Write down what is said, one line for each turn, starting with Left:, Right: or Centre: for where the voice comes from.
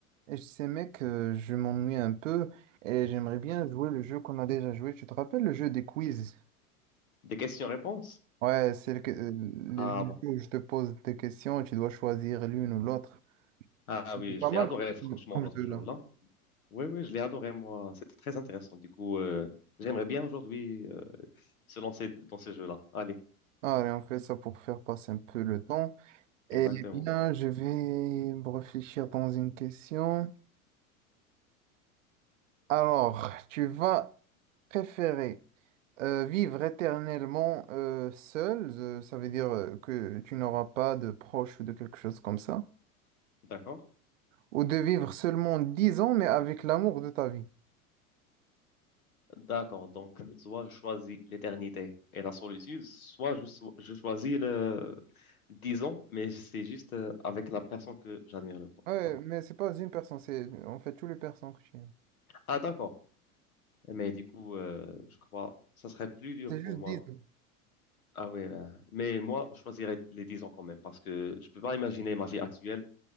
Right: Et je sais, mec, euh, je m'ennuie un peu et j'aimerais bien jouer le jeu qu'on a déjà joué. Tu te rappelles le jeu des quiz?
Left: Des questions-réponses?
Right: Ouais, c'est le, que- euh, le
Left: Ah bon.
Right: jeu où je te pose des questions et tu dois choisir l'une ou l'autre.
Left: Ah oui,
Right: C'est pas
Left: je l'ai
Right: mal
Left: adoré, franchement,
Right: comme
Left: l'autre
Right: jeu
Left: jour,
Right: là.
Left: là. Oui, oui, je l'ai adoré, moi. C'était très intéressant. Du coup, euh, j'aimerais bien aujourd'hui euh, se lancer dans ce jeu-là. Allez,
Right: Allez, on fait ça pour faire passer un peu le temps. Eh
Left: exactement.
Right: bien, je vais me réfléchir dans une question. Alors, tu vas préférer euh, vivre éternellement euh, seul, euh, ça veut dire euh, que tu n'auras pas de proches ou de quelque chose comme ça.
Left: D'accord?
Right: Ou de vivre seulement 10 ans, mais avec l'amour de ta vie.
Left: D'accord. Donc, soit je choisis l'éternité et la solitude, soit je, so- je choisis le 10 ans, mais c'est juste euh, avec la personne que j'admire le temps.
Right: Ouais,
Left: Attends.
Right: mais c'est pas une personne, c'est en fait tous les personnes que tu aimes.
Left: Ah, d'accord. Eh, Mais du coup, euh, je crois que ça serait plus dur
Right: C'est
Left: pour
Right: juste
Left: moi
Right: dix ans.
Left: Ah oui, ben, mais moi, je choisirais les 10 ans quand même, parce que je peux pas imaginer ma vie actuelle